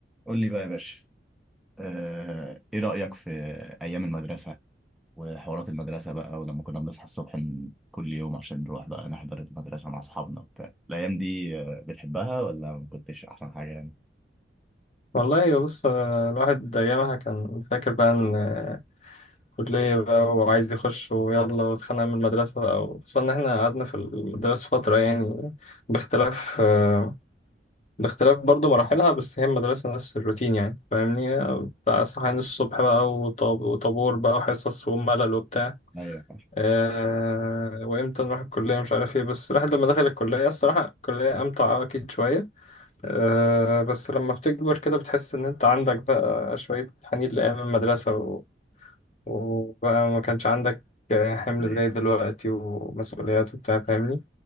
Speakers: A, in the centre; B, on the left (about 40°).
A: قول لي بقى يا باشا آه، ايه رأيك في ايام المدرسة وحوارات المدرسة بقى ولما كنا بنصحى الصبح من كل يوم عشان نروح بقى نحضر المدرسة مع اصحابنا وبتاع الايام دي آه، بتحبها ولا ما كنتش احسن حاجة يعني
B: والله بص آه، الواحد أيامها كان فاكر بقى إن آه، كلية بقى وعايز يخش ويلا واتخانق من المدرسة بقى وخصوصا إن إحنا قعدنا في المدرسة فترة يعني باختلاف آه، باختلاف برضو مراحلها بس هي المدرسة نفس الروتين يعني فاهمني آه، بتاع صحيان الصبح بقى وط- وطابور بقى وحصص وملل وبتاع
A: ايوه
B: آه، وإمتى نروح الكلية مش عارف إيه بس الواحد لما دخل الكلية الصراحة الكلية أمتع أكيد شوية أه بس لما بتكبر كده بتحس إن أنت عندك بقى شوية حنين لأيام المدرسة و- وبقى ما كانش عندك آه، حمل
A: ايوه
B: زي دلوقتي ومسؤوليات وبتاع فاهمني؟